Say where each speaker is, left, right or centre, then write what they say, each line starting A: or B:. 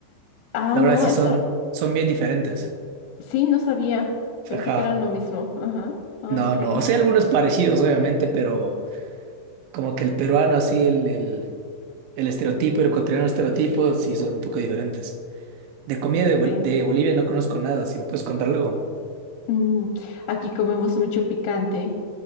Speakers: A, on the left (about 80°); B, on the right (about 80°).
A: Ah,
B: La
A: no,
B: verdad sí
A: eso
B: son, son bien diferentes.
A: Sí, no sabía. Pensé
B: Ajá.
A: que eran lo mismo. Ajá. Ah,
B: No,
A: Ok.
B: no, o sea, algunos parecidos, obviamente, pero como que el peruano, así, el, el, el estereotipo, el ecuatoriano estereotipo, sí son un poco diferentes. De comida de, Bol-
A: Sí.
B: de Bolivia no conozco nada, si me puedes contar algo.
A: Mm, aquí comemos mucho picante.